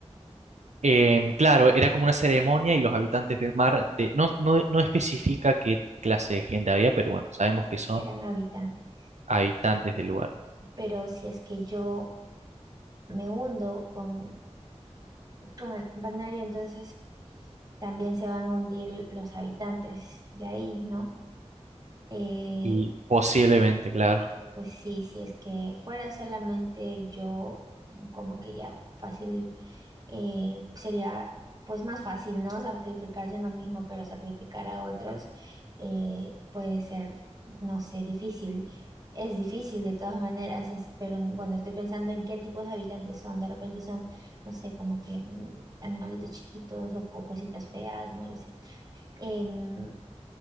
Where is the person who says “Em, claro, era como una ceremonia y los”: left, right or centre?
Right